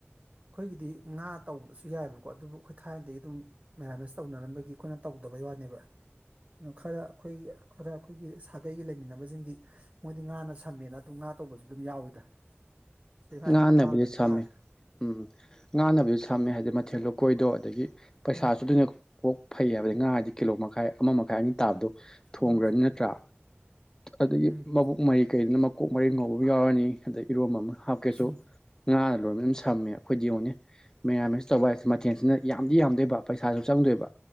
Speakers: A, on the right (about 30°); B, on the left (about 15°).
A: ꯈꯣꯏꯒꯤꯗꯤ ꯉꯥ ꯇꯧꯕꯁꯨ ꯌꯥꯏꯕꯀꯣ ꯑꯗꯨꯕꯨ ꯈꯣꯏ ꯊꯥꯏꯅꯗꯩꯩ ꯑꯗꯨꯝ ꯃꯦꯔꯥꯃꯦꯖ ꯇꯧꯅꯔꯝꯕꯒꯤ ꯑꯈꯣꯏꯅ ꯇꯧꯗꯕꯩ ꯋꯥꯅꯦꯕ ꯈꯔ ꯑꯈꯣꯏ ꯈꯔ ꯑꯈꯣꯏꯒꯤ ꯁꯥꯒꯩꯒꯤ ꯂꯩꯃꯤꯟꯅꯕꯖꯤꯡꯗꯤ ꯃꯣꯏꯗꯤ ꯉꯥꯅ ꯁꯝꯃꯦꯅ ꯑꯗꯨꯝ ꯉꯥ ꯇꯧꯕꯖꯨ ꯑꯗꯨꯝ ꯌꯥꯎꯋꯤꯗ ꯁꯤ ꯃꯥꯏꯃꯥꯏ
B: ꯉꯥꯟꯅꯕꯨꯗꯤ
A: ꯑꯄꯥꯝꯕꯗꯨ
B: ꯁꯝꯃꯦ
A: ꯇꯥꯔꯦ
B: ꯎꯝ ꯉꯥꯅꯕꯨꯗꯤ ꯁꯝꯃꯦ ꯍꯥꯏꯗꯤ ꯃꯊꯦꯜ ꯂꯨꯀꯣꯏꯗꯣ ꯑꯗꯒꯤ ꯄꯩꯁꯥꯁꯨ
A: ꯎꯝ
B: ꯑꯗꯨꯅ ꯀꯣꯛ ꯐꯩ ꯍꯥꯏꯕꯗꯤ ꯉꯥ ꯗꯤ ꯀꯤꯂꯣ ꯃꯈꯥꯏ ꯑꯃ ꯃꯈꯥꯏ ꯑꯅꯤ ꯇꯥꯕꯗꯣ ꯊꯣꯡꯒ꯭ꯔꯅꯤ
A: ꯎꯝ
B: ꯅꯠꯇ꯭ꯔꯥ ꯑꯗꯒꯤ
A: ꯎꯝ
B: ꯃꯕꯨꯛ ꯃꯍꯩ ꯀꯩꯗꯨꯅ ꯃꯀꯣꯛ ꯃꯔꯦꯡ ꯉꯧꯕꯝ ꯌꯥꯎꯔꯅꯤ ꯑꯗꯩ ꯏꯔꯣꯝꯕ ꯑꯃ ꯍꯥꯞꯀꯦꯁꯨ
A: ꯎꯝ
B: ꯉꯥꯗ ꯂꯣꯏꯅ ꯑꯗꯨꯝ ꯁꯝꯃꯦꯕ ꯑꯩꯈꯣꯏꯗꯤ ꯌ°ꯡꯉ°ꯅ° ꯃꯦꯔꯥꯃꯦꯁ ꯇꯧꯕ ꯍꯥꯏꯁꯦ ꯃꯊꯦꯜꯁꯤꯅ ꯌꯥꯝꯗꯤ ꯌꯥꯝꯗꯣꯏꯕ ꯄꯩꯁꯥꯁꯨ ꯆꯪꯗꯣꯏꯕ